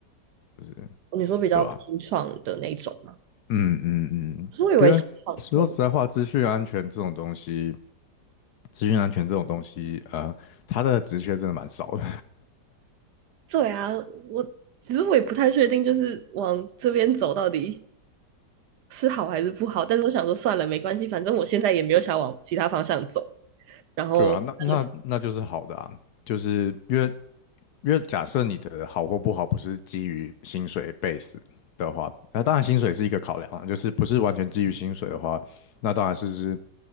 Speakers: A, on the left (about 70°); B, on the right (about 70°).
A: 就是
B: 你说比较新创的那种吗？
A: 对吧？嗯嗯嗯，
B: 可是我以为新创会
A: 因为说实在话，资讯安全这种东西，资讯安全这种东西，呃，它的职缺真的蛮少的，
B: 对啊，我其实我也不太确定，就是往这边走到底是好还是不好。但是我想说，算了，没关系，反正我现在也没有想往其他方向走，然后那就是。
A: 对啊，那那那就是好的啊，就是因为因为假设你的好或不好不是基于薪水 base 的话，那当然薪水是一个考量啊，就是不是完全基于薪水的话，那当然是是